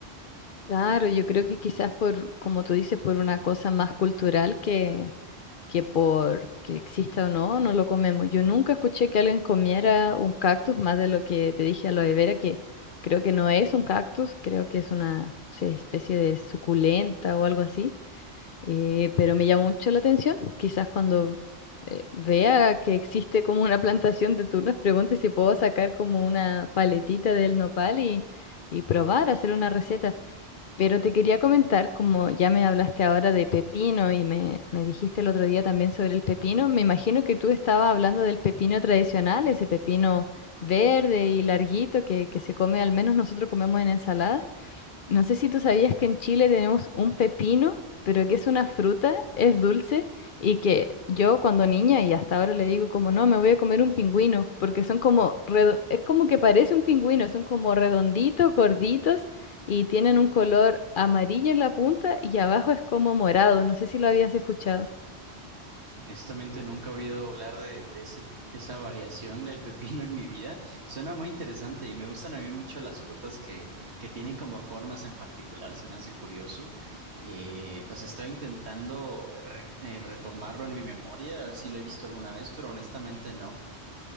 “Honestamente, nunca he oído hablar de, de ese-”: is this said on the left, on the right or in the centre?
Right